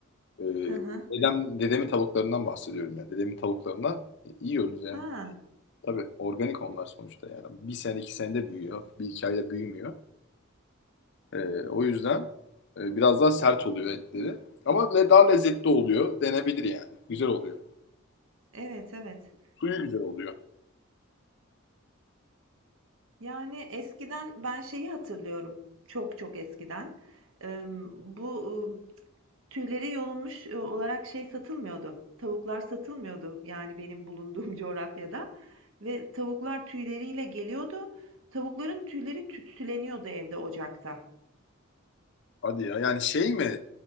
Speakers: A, on the left; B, on the right.
A: e,
B: Hı hı.
A: dedem dedemin tavuklarından bahsediyorum yani. Dedemin tavuklarından e, yiyoruz yani.
B: Ha,
A: Tabii organik onlar sonuçta yani. Bir sene iki senede büyüyor. Bir iki ayda büyümüyor. E, o yüzden e, biraz daha sert oluyor etleri. Ama le- daha lezzetli oluyor. Denebilir yani. Güzel oluyor.
B: evet, evet.
A: Suyu güzel oluyor.
B: Yani eskiden ben şeyi hatırlıyorum. Çok çok eskiden. Emm, bu Tüyleri yolunmuş, e, olarak şey satılmıyordu, tavuklar satılmıyordu, yani benim bulunduğum <laughs> coğrafyada ve tavuklar tüyleriyle geliyordu. Tavukların tüyleri tütsüleniyordu evde ocakta.
A: Hadi ya. Yani şey mi?